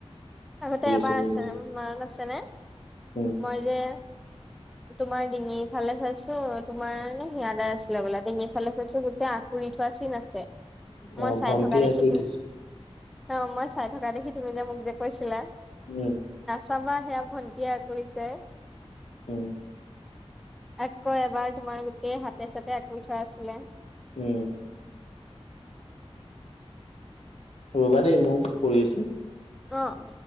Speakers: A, in the centre; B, on the left.
A: আগতে এবাৰ
B: সৰু
A: আছেনেৰ
B: ল'ৰা ছোৱালী নিচিনা
A: মনত আছেনে
B: উম
A: মই যে তোমাৰ দিঙি ভালে চাইছো তোমাৰে ধিয়ানে আছিলে বোলে ডিঙিফালে গোটেই আঁকুৰি থোৱা চিন আছে
B: অ
A: মই চাই
B: ভন্টিয়ে
A: থকা দেখি
B: আঁচুৰি
A: তুম
B: ধৰিছে
A: অ মই চাই থকা দেখি তুমি যে মোক যে কৈছিলা
B: উম
A: চাবা সেয়া ভণ্টিয়া কৰিছে
B: উম
A: আকৌ এবাৰ তোমাৰ গোটেই হাতে চাতে আকৌ থোৱা আছিলে
B: উম ৰ'বা দেই মই কৰি আছোঁ
A: অ